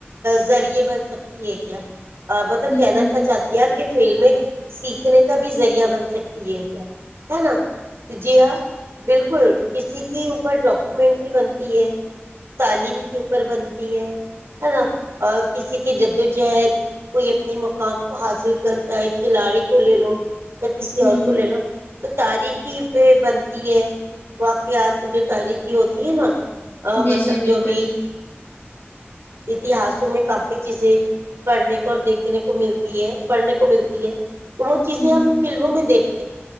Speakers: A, on the right; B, on the left.
A: ذریعے بن سکتی ہے کیا مطلب
B: ہ
A: کہنا کیا چاہتی ہے آپ کہ فلم میں سیکھنے کا بھی ذریعہ بن سکتی ہے کیا ہے نا جی ہا بالکل کسی کے اوپر ڈاکومینٹری بنتی ہے تعلیم کے اوپر بنتی ہے ہے نا کسی کی جد و جہد کوئی اپنی مقام کو حاصل کرتا ہے کھلاڑی کو لے لو یا کسی
B: ہوں
A: اور کو لے لو تو تاریخی پ بنتی ہے واقعات جو تاریخی ہوتی ہے نا ا
B: جی
A: مطلب
B: جی بالکل
A: جو بھی اتہاسوں میں کافی چیزیں پڑھنے کو اور دیکھنے کو ملتی ہے پڑھنے کو ملتی ہے وہ چیزیں
B: ہوں
A: ہم فلموں میں دیکھ